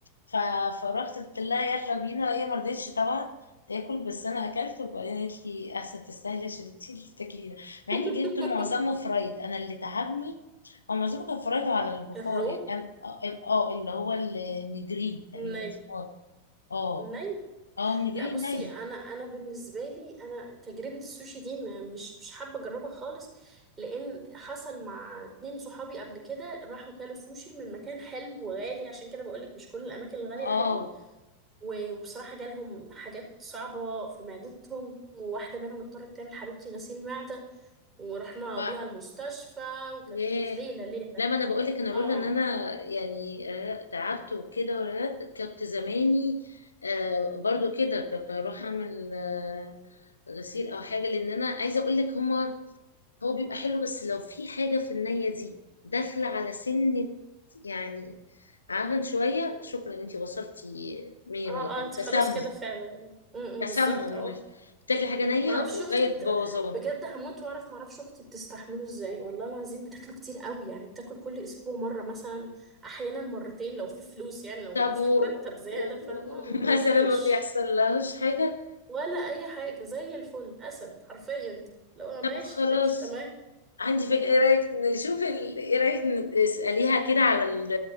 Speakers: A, on the left; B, on the right.
A: ف... فروحت قلت لها يلا بينا هي ما رضتش طبعا تاكل بس انا اكلت وبعدين قالت لي احسن تستاهلي عشان انت اللي بتاكلي ده مع
B: <laughs>
A: اني جبت معظمه فرايد انا اللي تعبني هو معظمه كان فرايد على البخار
B: الرو
A: يعني أنا- اه آه، اللي هو النجري تقريبا
B: الني
A: اسمه اه
B: الني
A: اه النجري
B: لا بصي
A: ني
B: انا انا بالنسبه لي انا تجربه السوشي دي م- مش مش حابه اجربها خالص لان حصل مع اتنين صحابي قبل كده راحوا كلوا سوشي من مكان حلو وغالي عشان كده بقولك مش كل الاماكن الغاليه
A: اه
B: حلوه و- وبصراحه جالهم حاجات صعبه في معدتهم وواحده منهم اضطرت تعمل حبيبتي غسيل معده ورحنا
A: بقى
B: بيها المستشفى وكانت
A: ياه
B: كانت ليله ليله
A: لا ما انا بقول لك انا لولا
B: اه
A: ان انا يعني آه، تعبت وكده ورهقت، كنت زماني آه، برضو كده كنت هروح اعمل آه، غسيل او حاجه لان انا عايزه اقول لك هما هو بيبقى حلو بس لو في حاجه في النيه دي داخله على سنه يعني عفن شويه شكرا انتي وصلتي مية
B: اه
A: مية كده
B: اه انت
A: تسمم
B: خلاص كده فعلا م- م،
A: تسمم
B: بالظبط اه
A: مش- بتاكلي حاجه نيه
B: معرفش
A: وجايه
B: اختي بت...
A: بوظان
B: بجد هموت واعرف معرفش اختي بتستحمله ازاي والله العظيم بتاكله كتير قوي يعني بتاكل كل اسبوع مره مثلا احيانا مرتين لو في فلوس يعني لو
A: طب
B: في
A: و...
B: مرتب زياده
A: و... و-
B: فاهمه
A: <laughs> مثلا
B: مفيش
A: ما بيحصل لهاش حاجة
B: ولا اي حاجه زي الفل اسد حرفيا لو ماشي
A: طب خلاص
B: ماشي تمام
A: عندي فكرة ايه رأيك نشوف ال... ايه رأيك نسأليها كده على ال-